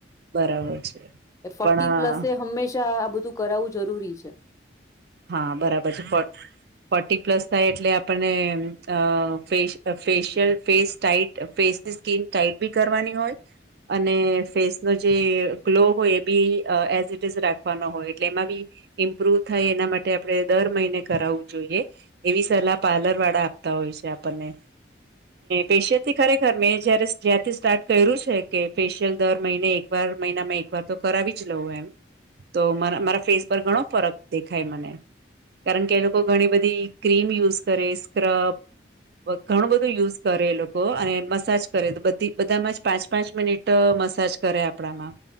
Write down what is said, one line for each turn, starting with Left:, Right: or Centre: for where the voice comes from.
Right: બરાબર છે.
Left: એ ફોર્ટી
Right: પણ
Left: પ્લસે હંમેશા આ બધું કરાવવું જરૂરી છે.
Right: હા બરાબર છે પણ ફોર્ટી પ્લસ થાય એટલે આપણને અ ફ facial face tight face skin tight બી કરવાની હોય. અને ફેસનો જે ગ્લો હોય એ બી એઝ ઇટ ઇઝ રાખવાનો હોય એટલે એમાં બી. ઇમ્પ્રુવ થાય એના માટ. તે આપણે દર મહિને કરાવવું જોઈએ એવી સલાહ પાર્લર વાળા આપતા હોય છે, આપણને ફેશિયલ થી ખરેખર મેં જયારે જ્યારથી સ્ટાર્ટ કર્યું છે, કે ફેશિયલ દર મહિને એક એક વાર મહિનામાં એક વાર તો કરાવી જ લઉં એમ તો મારા ફેસ પર ઘણો ફરક દેખાય મને કારણ કે એ લોકો ઘણી બધી ક્રીમ યુઝ કરે સ્ક્રબ ઘણું બધું યુઝ કરે એ લોકો અને મસાજ કરે તો બધી બધામાં જ પાંચ પાંચ મિનિટ તમસાજ કરે આપણામાં